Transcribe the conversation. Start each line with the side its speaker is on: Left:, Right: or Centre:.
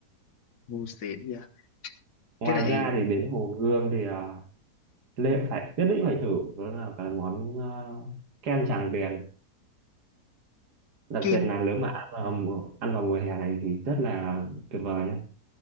Left: ngu xịn vậy
Right: ngoài
Left: cái này
Right: ra thì đến Hồ Gươm thì à, Lê phải nhất định phải thử đó là cái món à, kem Tràng Tiền đặc
Left: kem
Right: biệt là nếu mà ăn vào mùa, ăn vào mùa hè này thì rất là tuyệt vời nhé